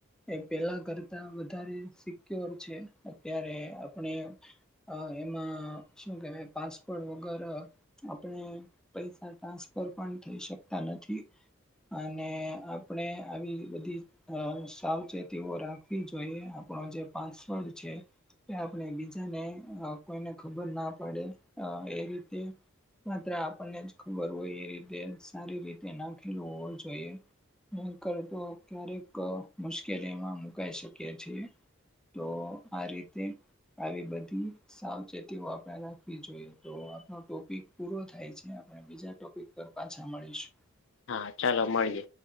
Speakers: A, in the centre; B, on the left.
A: એ પેલા કરતા વધારે સિક્યોર છે અત્યારે આપણે અ એમાં શું કેહેવાય પાસપોટ વગર અ આપણે પૈસા ટ્રાન્સફર પણ થઈ શકતા નથી. અને આપણે આવી બધી અ સાવચેતીઓ રાખવી જોઈએ આપણો જે પાસવર્ડ છે. કે આપણે બીજાને કોઈને ખબર ના પડે એ રીતે માત્ર આપણને જ ખબર હોય એ રીતે સારી રીતે ના ખેલવું હોવો જોઈએ. ન કરતો ક્યારેક મુશ્કેલીમાં મુકાઈ શકીએ છીએ. તો આ રીતે આવી બધી સાવચેતીઓ આપણે નાખવી જોઈએ તો આપનો ટોપિક પૂરો થાય છે આપડે બીજા ટોપિક પાછા મળીશું.
B: હા ચાલો મળીએ.